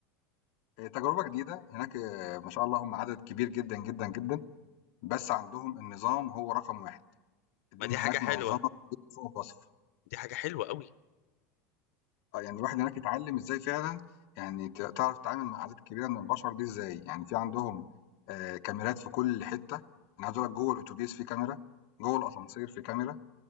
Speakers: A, on the left; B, on the left.
A: إيه، تجربه جديده هناك إيه، ما شاء الله هم عدد كبير جدا جدا جدا بس عندهم النظام هو رقم واحد الدنيا
B: ما دي حاجة
A: هناك
B: حلوة
A: منظمه فوق الوصف
B: دي حاجة حلوة قوي
A: آه، يعني الواحد هناك اتعلّم إزاي فعلًا يعني ت تعرف تتعامل مع الأعداد الكبيرة من البشر دي إزاي، يعني في عندهم آآ كاميرات في كل حتّة، أنا عايز أقول لك جوّه الأوتوبيس في كاميرا، جوّه الأسانسير في كاميرا،